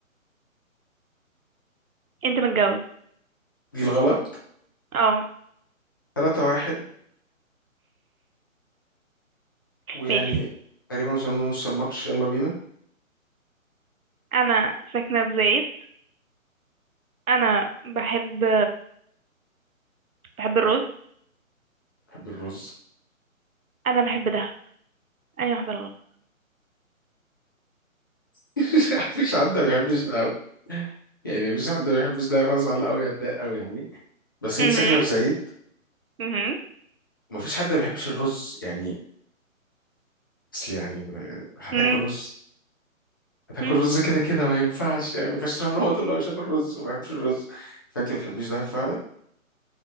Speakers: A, on the right; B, on the left.
A: انت متجوز
B: دي الغلط
A: اه
B: تلاتة واحد ويعني
A: ماشي
B: تقريبا وصلنا نص الماتش يلا بينا
A: انا ساكنه في زايد انا بحب بحب الرز
B: بحب الرز
A: انا بحب دهب انهي واحده الغلط
B: <laughs> مفيش حد ما بيحبش ده يعني مفيش حد ما بيحبش ده فازعل قوي اتضايق قوي يعني بس
A: مهم.
B: انت ساكنة في زايد
A: مهم.
B: ومفيش حد ما بيحبش الرز يعني اصل يعني ب- هتاكل
A: مم.
B: رز هتاكل
A: امم
B: رز كده كده ما ينفعش يعني ما ينفعش تروح لهم وتقول له مش هاكل رز وما بحبش الرز فانت ما بتحبيش ده فعلا